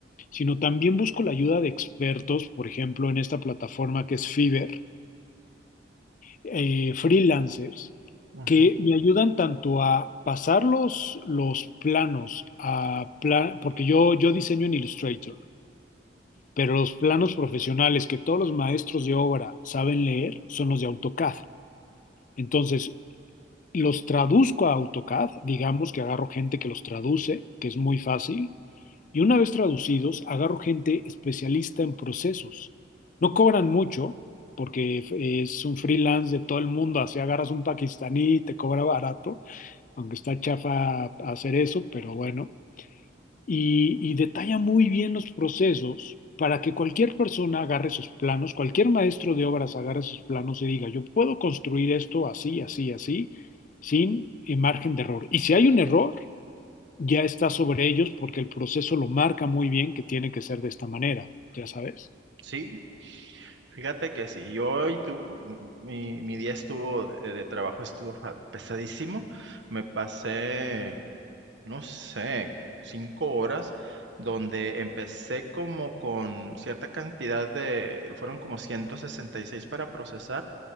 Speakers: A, on the left; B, on the right.
A: sino también busco la ayuda de expertos, por ejemplo, en esta plataforma que es Fiverr, eh, freelancers
B: Ujú.
A: que me ayudan tanto a pasar los, los planos a pla- porque yo, yo diseño en Illustrator, pero los planos profesionales que todos los maestros de obra saben leer son los de AutoCAD. Entonces, los traduzco a AutoCAD, digamos que agarro gente que los traduce, que es muy fácil, y una vez traducidos, agarro gente especialista en procesos. No cobran mucho, porque es un freelance de todo el mundo. Así agarras un pakistaní, te cobra barato, aunque está chafa hacer eso, pero bueno. Y, y detalla muy bien los procesos para que cualquier persona agarre esos planos, cualquier maestro de obras agarre esos planos y diga, yo puedo construir esto así, así, así, sin eh, margen de error. Y si hay un error, ya está sobre ellos porque el proceso lo marca muy bien que tiene que ser de esta manera, ya sabes.
B: Sí, Fíjate que sí. yo hoy tu, mi, mi día estuvo de, de trabajo estuvo fa- pesadísimo. Me pasé, no sé, cinco horas donde empecé como con cierta cantidad de, fueron como 166 para procesar